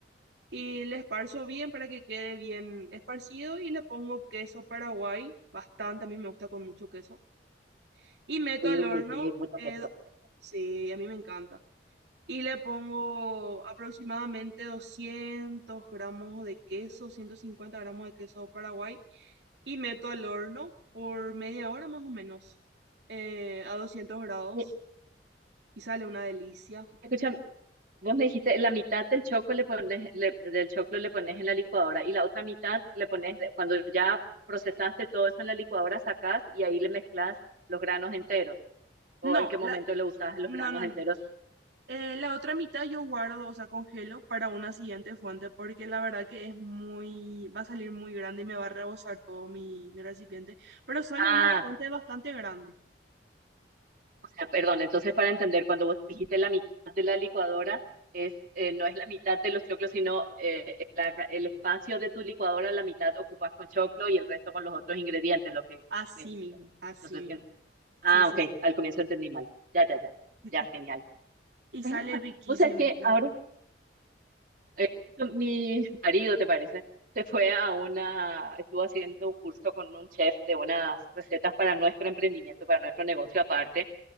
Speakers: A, on the right; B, on the right.
A: y le esparzo bien para que quede bien esparcido y le pongo queso paraguay, bastante, a mí me gusta con mucho queso y meto
B: Sí,
A: al horno,
B: sí, mucho
A: eh,
B: queso.
A: sí, a mí me encanta. Y le pongo aproximadamente 200 gramos de queso, 150 gramos de queso paraguay y meto al horno por media hora más o menos, eh, a 200 grados
B: Y,
A: y sale una delicia.
B: Escúchame, vos me dijiste, la mitad del choco le pones, le- del choclo le pones en la licuadora y la otra mitad le pones, de- cuando ya procesaste todo eso en la licuadora, sacás y ahí le mezclas los granos enteros. ¿O
A: No,
B: en qué momento
A: la,
B: le usás los
A: no,
B: granos
A: no,
B: enteros?
A: no. Eh, la otra mitad yo guardo, o sea, congelo para una siguiente fuente porque la verdad que es muy, va a salir muy grande y me va a rebosar todo mi, mi recipiente, pero sale
B: Ah,
A: una fuente bastante grande.
B: O sea, perdón, entonces para entender, cuando vos dijiste la mitad de la licuadora, es, eh, no es la mitad de los choclos, sino eh, la- el espacio de tu licuadora, la mitad ocupas con choclo y el resto con los otros ingredientes, lo que
A: Así
B: me dijiste.
A: mismo, así
B: No sé
A: mismo.
B: si- Ah,
A: Sí, sí,
B: ok,
A: sí.
B: al comienzo entendí mal. Ya, ya, ya,
A: <laughs>
B: ya, genial.
A: Y sale
B: Ah,
A: riquísimo,
B: o sea que
A: la
B: ahora
A: verdad.
B: eh, mi <laughs> marido, ¿te parece? Se fue a una, estuvo haciendo un curso con un chef de unas recetas para nuestro emprendimiento, para nuestro negocio aparte.